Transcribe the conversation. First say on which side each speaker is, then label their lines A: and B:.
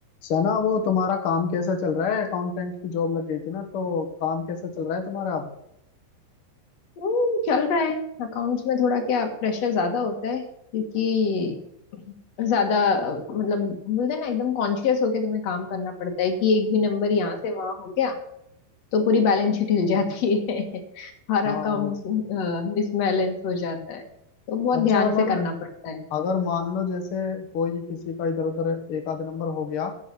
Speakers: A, on the left; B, on the left.
A: सना वो तुम्हारा काम कैसा चल रहा है अकाउंटेंट की जॉब लग गई थी ना तो काम कैसा चल रहा है तुम्हारा अब
B: हम्म, चल रहा है अकाउंट्स में थोड़ा क्या प्रेशर ज्यादा होता है क्योंकि ज्यादा अ, मतलब बोलते हैं ना एकदम कॉन्शियस होके तुम्हें काम करना पड़ता है कि एक भी नंबर यहाँ से वहां हो गया तो पूरी बैलेंस शीट हिल जाती है <laughs> हर
A: हाँ
B: अकाउंट
A: ये
B: मिसबैलेंस हो जाता है तो बहुत
A: अच्छा
B: ध्यान
A: अगर
B: से करना पड़ता है
A: अगर मान लो जैसे कोई किसी का इधर उधर एक आध नंबर हो गया